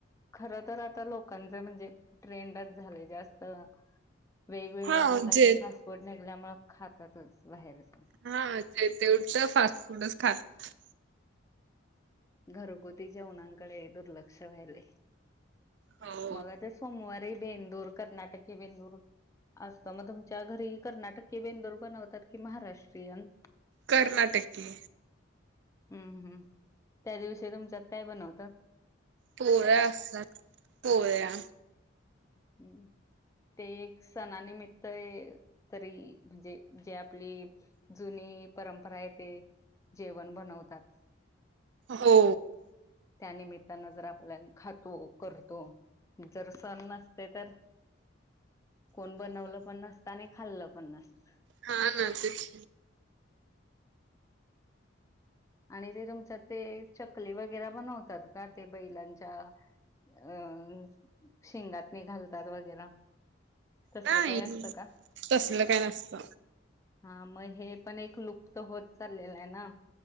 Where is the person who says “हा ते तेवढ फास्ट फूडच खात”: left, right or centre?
Right